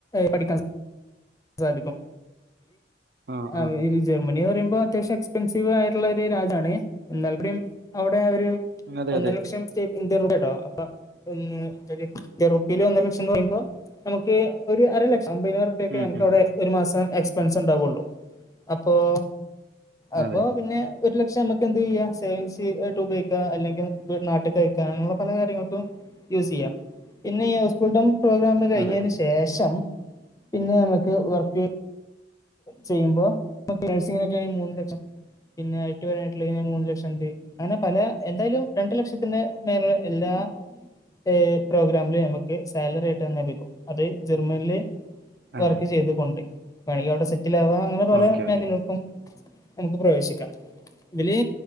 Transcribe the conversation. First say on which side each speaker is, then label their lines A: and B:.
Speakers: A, on the left; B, on the right.
A: പഠിക്കാൻ സാധിക്കും
B: ആ
A: അതില്
B: ആ
A: ജർമനീന്ന് പറയുമ്പോ അത്യാവശ്യം എക്സ്പെൻസീവ് ആയിട്ടുള്ള രാജ്യമാണ് എന്നാൽക്കൂടെയും അവിടെ ഒരു
B: അതെ
A: ഒന്നര
B: അതെ
A: ലക്ഷം ഇന്ത്യൻ റുപ്യ കേട്ടോ അപ്പൊ <unintelligible> ഉറുപ്പയില് ഒന്നര ലക്ഷം എന്ന് പറയുമ്പോ നമുക്ക് ഒരു അരലക്ഷം അമ്പതിനായിരം ർപെക്കെ
B: ഉം
A: നമുക്ക്
B: ഉം
A: അവിടെ ഒരു മാസം എക്സ്പെൻസ് ഉണ്ടാവുള്ളൂ അപ്പോൾ അപ്പൊ
B: അതെ
A: പിന്നെ ഒരു ലക്ഷം നമുക്ക് എന്ത് ചെയ്യാം സേവിങ്സ് ആയിട്ട് ഉപയോഗിക്കാം അല്ലെങ്കിൽ വീട്ട് നാട്ട്ക്ക് അയ ക്കാം അങ്ങനെയുള്ള പല കാര്യങ്ങൾക്കും യൂസ് ചെയ്യാം പിന്നെ ഈ ഹൗസ് ബിൽഡിംഗ് പ്രോഗ്രാമ് കഴിഞ്ഞ
B: അതെ
A: ശേഷം ശേഷം പിന്നെ നമ്മക്ക് വർക്ക് ചെയ്യുമ്പോ നേഴ്സിങ്ങിനൊക്കെയണെ മൂന്ന് ലക്ഷം പിന്നെ ഐ ടി പരമായിട്ടുള്ള മൂന്ന് ലക്ഷണ്ട് അങ്ങനെ പല എന്തായാലും രണ്ടു ലക്ഷത്തിന്റെ മേലേ എല്ലാ ഏഹ് പ്രോഗ്രമില് നമക്ക് സാലറി ആയിട്ട് തന്നെ ലഭിക്കും അത് ജർമ്മൻല്
B: അതെ
A: വർക്ക് ചെയ്ത് കൊണ്ട് വേണേൽ അവിടെ സെറ്റിൽ ആവാം അങ്ങനെ പല
B: ഓക്കെ
A: മേഖലകൾക്കും
B: ഓക്കെ
A: നമുക്ക് പ്രവേശിക്കാം ഇതില്